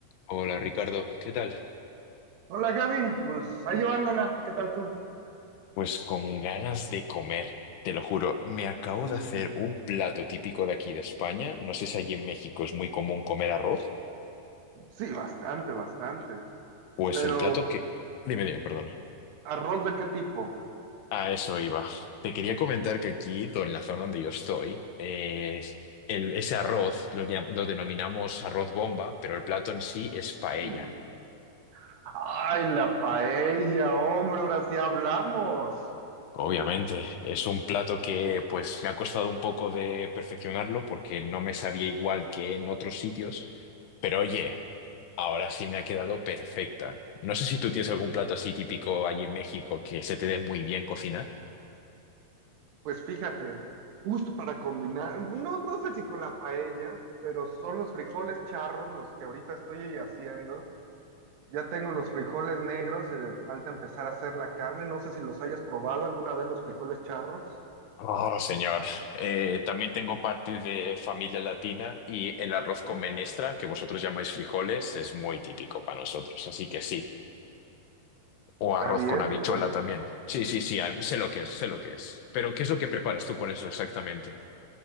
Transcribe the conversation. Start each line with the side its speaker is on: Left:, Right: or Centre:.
Left: Hola Ricardo, ¿qué tal?
Right: Hola Gaby, pues ahí llevándola, ¿qué tal tú?
Left: Pues con ganas de comer, te lo juro. Me acabo
Right: Mm,
Left: de hacer un plato típico de aquí de España. No sé si allí en México es muy común comer arroz.
Right: sí, bastante, bastante.
Left: Pues
Right: Pero,
Left: el plato que... Dime, dime, perdona.
Right: ¿arroz de qué tipo?
Left: A eso iba. Te quería comentar
Right: Ujú.
Left: que aquí, do- en la zona donde yo estoy, eh, el- ese arroz lo, llam- lo denominamos arroz bomba, pero el plato en sí
Right: Mm.
Left: es paella.
Right: Ay, la paella, hombre, ahora sí hablamos.
Left: Obviamente, es un plato que pues me ha costado un poco de perfeccionarlo porque no me sabía igual que en otros sitios, pero oye, ahora sí me ha quedado perfecta. No sé si tú tienes algún plato así típico allí en México que se te dé muy bien cocinar.
Right: Pues fíjate, justo para combinar, no, no sé si con la paella, pero son los frijoles charros los que ahorita estoy haciendo. Ya tengo los frijoles negros, eh, falta empezar a hacer la carne. No sé si los hayas probado alguna vez los frijoles charros.
Left: Oh, señor. Eh, también tengo parte de familia latina y el arroz
Right: Ujú.
Left: con menestra, que vosotros llamáis frijoles, es muy típico para nosotros, así que sí. O
Right: Está
Left: arroz
Right: bien,
Left: con habichuela
Right: está bien.
Left: también. Sí, sí, sí, ah, sé lo que es, sé lo que es. Pero, ¿qué es lo que preparas tú con eso exactamente?